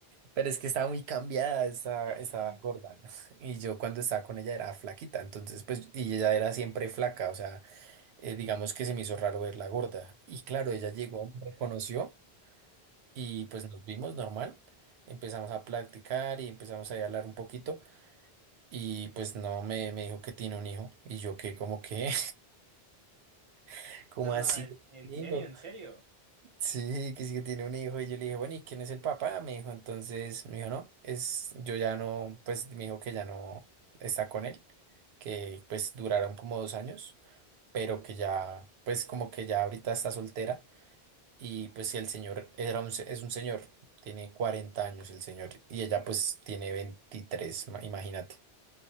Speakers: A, on the right (about 85°); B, on the right (about 35°).
A: Pero es que estaba muy cambiada, estaba,
B: <laughs>
A: estaba gorda. Y yo cuando estaba con ella era flaquita, entonces pues, y ella era siempre flaca, o sea, eh, digamos que se me hizo raro verla gorda. Y claro, ella llegó, me reconoció. Y pues nos vimos normal, empezamos a platicar y empezamos ahí a hablar un poquito y pues no, me, me dijo que tiene un hijo y yo que como que, <laughs> como
B: No, no,
A: así?
B: no, en, en
A: hijo?
B: serio, en serio.
A: Sí, que sí que tiene un hijo y yo le dije, bueno, ¿y quién es el papá? Me dijo, entonces, me dijo, no, es, yo ya no, pues me dijo que ya no está con él, que pues duraron como dos años, pero que ya, pues como que ya ahorita está soltera Y pues si el señor era un, se- es un señor, tiene 40 años el señor y ella pues tiene 23 ma- imagínate.